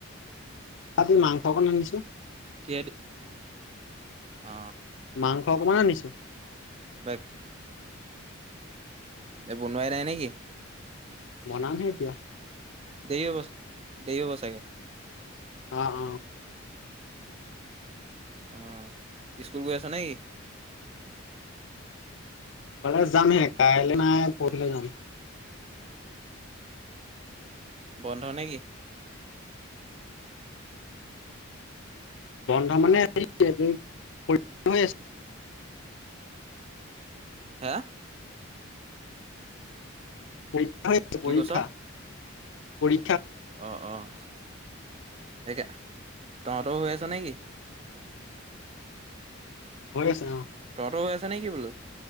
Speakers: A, on the left; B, on the right.
A: আজি মাংস অকণ আনিছো।
B: কিহেদি অ
A: মাংস অকণমান আনি <inaudible>
B: <unintelligible> অ' এই বনোৱাই নাই নেকি?
A: বনামহে এতিয়া।
B: দেৰি হ'ব, দেৰি হ'ব চাগে।
A: অহ অ'।
B: অ' স্কুল গৈ আছ নেকি?
A: কাইলে যামহে, কাইলৈ নাই, পৰহিলে যাম।
B: বন্ধ নে কি?
A: বন্ধ মানে হে এই হৰি পৰীক্ষা হৈ আছে।
B: হা।
A: পৰীক্ষা হৈ আছে
B: কি
A: পৰীক্ষা।
B: কৈছ
A: পৰী
B: অ', অ'। সেয়া তহঁতৰও হৈ আছ নেকি?
A: হৈ আছা অ।
B: তহতৰ হৈ আছে নে কি বোলো?